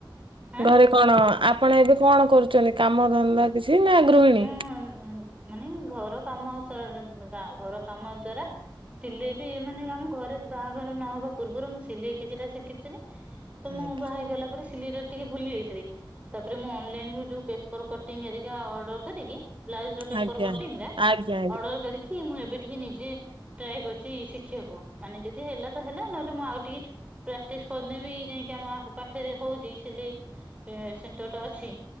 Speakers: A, on the right (about 15°); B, on the right (about 85°).
A: ଆଁ
B: ଘରେ କଣ ଆପଣ ଏବେ କଣ କରୁଛନ୍ତି କାମ ଧନ୍ଦା କିଛି ନା ଗୃହିଣୀ?
A: ହଁ ହ <unintelligible> ମାନେ ଘର କାମ ସ ଦା ଘର କାମ ଦ୍ଵାରା ସିଲେଇ ବି ମାନେ ଆମ ଘରେ ବାହାଘର ନହବା ପୂର୍ବରୁ ମୁଁ ସିଲେଇ କିଛିଟା ଶିଖିଥିଲି ତ
B: ଆଜ୍ଞା
A: ମୁଁ ବାହାରଗଲା ପରେ ସିଲେଇ ର ଟିକେ ଭୁଲି ଯାଇଥିଲି ତାପରେ ମୁଁ ଅନଲାଇନ ରୁ ଯୋ ପେପର କଟିଂରିକା ଅଡର କରିକି ବ୍ଲାଉଜ ର ପେପର
B: ଆଜ୍ଞା
A: କଟିଂ
B: ଆଜ୍ଞା
A: ଅର୍ଡର କରିକି ମୁଁ ଏବେିଟିକେ ଯ ଟ୍ରାଏ କରୁଛି ଶିଖିବାକୁ ମାନେ ଯଦି ହେଲା ତ ହେଲା ନହେଲେ ମୁଁ ଆଉ ଟିକେ ପ୍ରାକ୍ଟିସ କରିନ ବି ଯାଇକି ଆମ ପାଖରେ ହଉଛି ସିଲେଇ ସେଣ୍ଟର ଟା ଅଛି